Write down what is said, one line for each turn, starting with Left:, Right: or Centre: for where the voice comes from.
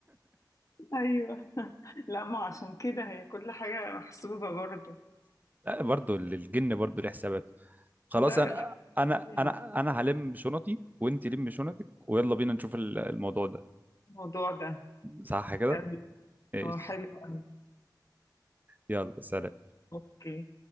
Left: ايوه <laughs> لا ما عشان كده هي كل حاجة محسوبة برضو
Right: لا برضه الجن برضه ليه حسابات خلاص
Left: لا
Right: انا
Left: الحمد
Right: انا انا انا هلم شنطي وانت لم شنطك ويلا بينا نشوف ال- الموضوع ده
Left: الموضوع ده
Right: صح كده
Left: تمام
Right: ايش
Left: اه حلو قوي
Right: يلا سلام
Left: اوكي